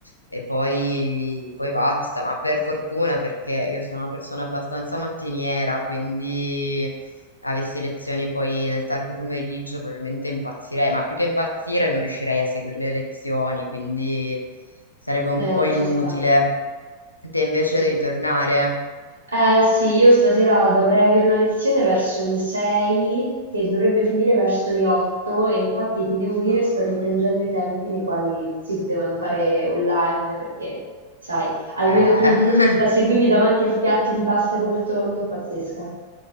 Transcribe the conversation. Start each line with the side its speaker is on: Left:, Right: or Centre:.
Left: e poi, poi basta, ma per fortuna perché io sono una persona abbastanza mattiniera, quindi avessi lezioni poi nel tardo pomeriggio probabilmente impazzirei, ma più che impazzire non riuscirei a seguire le lezioni, quindi sarebbe un
Right: Eh,
Left: po' inutile.
Right: ci sta.
Left: Te invece
Right: Sì.
Left: devi tornare.
Right: Eh, sì, io stasera dovrei avere una lezione verso le 6 che dovrebbe finire verso le 8 e infatti ti devo dire
Left: Ah,
Right: sto rimpiangendo i tempi nei quali si potevano fare online perché, sai, almeno
Left: eh.
Right: tu
Left: <laughs>
Right: la seguivi davanti al piatto di pasta col tonno, pazzesca.